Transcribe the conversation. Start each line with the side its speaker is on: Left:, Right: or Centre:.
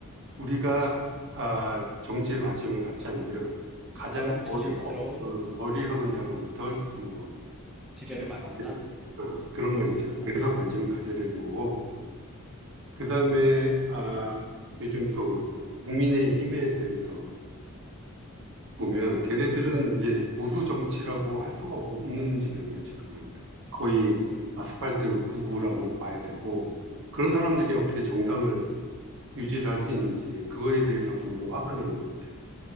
Right: 우리가 아, 정치에 관심을 갖지 않으면 가장
Centre: 가장
Right: 어리,
Centre: 저질스러운
Right: 어, 어, 어리석은 자로부터 뭐
Centre: 지배를
Right: 지배를
Centre: 받는다?
Right: 받게 된다. 어, 그런 말이 있잖아요.
Centre: 맞아.
Right: 그래서 관심을 가져야 되는 거고. 그다음에 아 요즘 또 국민의힘에 대해서 보면 걔네들은 이제 보수 정치라고 할 수가 없는 지경이에요, 지금은. 거의
Centre: 그렇구나.
Right: 아스팔트 구구라고 봐야 되고 그런 사람들이 어떻게 정당을 유지를 할 수 있는지 그거에 대해서도 너무 화가 나는 것 같아요.